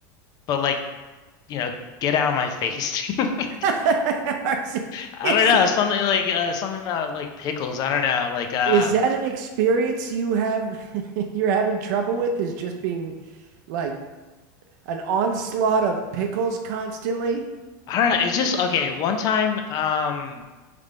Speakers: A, on the left (about 40°); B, on the right (about 65°).
A: But like, you know, get out of my face. <laughs>
B: <laughs>
A: I
B: is,
A: don't know, something like uh something about like pickles. I don't know, like uh
B: is that an experience you have <laughs> you're having trouble with is just being like an onslaught of pickles constantly?
A: I don't know. It's just okay. One time, um,